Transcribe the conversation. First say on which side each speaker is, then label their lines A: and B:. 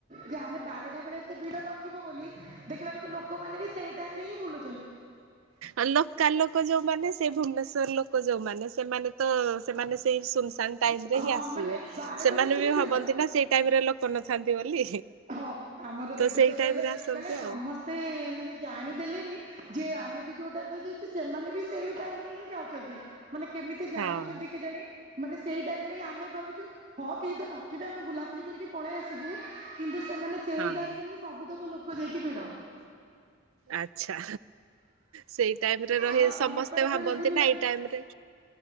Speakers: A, on the right; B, on the right.
A: ଯେ ଆମେ ବାରଟା ବେଳେ ଏତେ ଭିଡ ନଥିବ ବୋଲି ଦେଖିଲା ବେଳକୁ ଲୋକମାନେ ବି ସେଇ ଟାଇମ ହିଁ ବୁଲୁ
B: ଆ ଲୋକାଲ ଲୋକ ଯୋଉମାନେ ସେ ଭୁବନେଶ୍ଵର ଲୋକ ଯୋଉମାନେ ସେମାନେ ତ ସେମାନେ ସେଇ ଶୂନଶାନ୍ ଟାଇମରେ
A: ହଁ
B: ହିଁ ଆସିବେ।
A: ମାନେ ବାରଟା
B: ସେମାନେ
A: ରାତିରେ
B: ବି
A: ଭିଡ
B: ଭାବନ୍ତି ନା ସେଇ ଟାଇମରେ ଲୋକ ନ ଥାନ୍ତି ବୋଲି।
A: ହଁ ଆମର
B: ତ
A: ଦେଢଶୁର
B: ସେଇ
A: କଇଲେ
B: ଟାଇମ ରେ ଆସନ୍ତି
A: କହିଲେ ସମ
B: ଆଉ
A: ବୋଧେ ଏମାନେ ଜାଣିଦେଲେଣି ଯେ ଆମେ ବି ଯୋଉ ଟାଇମରେ ଯାଇଛୁ, ସେମାନେ ବି ସେଇ ଟାଇମ ରେ ହିଁ ଯାଉଛନ୍ତି। ମାନେ କେମିତି ଜାଣୁଛନ୍ତି
B: ହଁ।
A: କେଜାଣି, ମାନେ ସେଇ ଟାଇମରେ ହିଁ ଆମେ ଭାବୁଚୁ ହଁ କେହି ତ ନ ଥିବେ, ଆମେ ବୁଲାବୁଲି କରିକି ପଳେଇ ଆସିବୁ କିନ୍ତୁ ସେମାନେ ସେଇ
B: ହଁ
A: ଟାଇମରେ ହିଁ ସବୁତକ ଲୋକ ଯାଇକି ଭିଡ।
B: ଆଚ୍ଛା ସେଇ ଟାଇମରେ ରହି
A: ଆଉ ତମେ
B: ସମସ୍ତେ
A: କୁଆଡେ
B: ଭାବନ୍ତି
A: କୁଆଡେ ବୁଲିଲଣି?
B: ନା ଏଇ ଟାଇମରେ